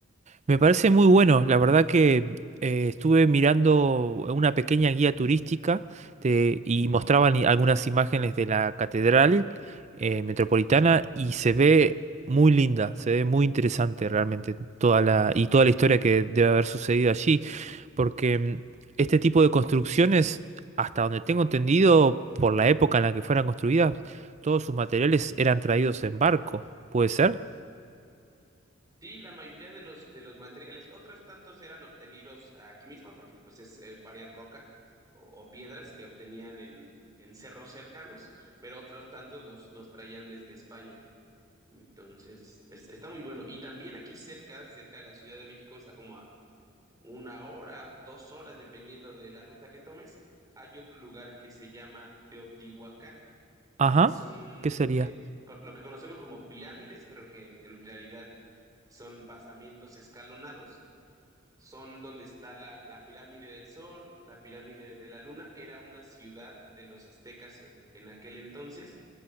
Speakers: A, on the right (about 35°); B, on the right (about 20°).
A: Me parece muy bueno. La verdad que eh, estuve mirando una pequeña guía turística de- y mostraban i- algunas imágenes de la catedral eh, metropolitana y se ve muy linda, se ve muy interesante realmente toda la y toda la historia que debe haber sucedido allí, porque mm, este tipo de construcciones, hasta donde tengo entendido, por la época en la que fueron construidas, todos sus materiales eran traídos en barco. ¿Puede ser?
B: Sí, la mayoría de los, de los materiales, otros tantos eran obtenidos aquí mismo, porque pues es eh, varias rocas o, o piedras que obtenían en, en cerros cercanos, pero otros tantos los, los traían desde España. Entonces, es- está muy bueno. Y también aquí cerca, cerca de la Ciudad de México, está como a una hora, dos horas, dependiendo de la ruta que tomes, hay otro lugar que se llama Teotihuacán,
A: Ajá,
B: que son
A: ¿qué sería?
B: eh, co- lo que conocemos como pirámides, pero que en realidad son basamientos escalonados, son donde está la, la pirámide del Sol, la pirámide de la Luna, era una ciudad de los aztecas en, en aquel entonces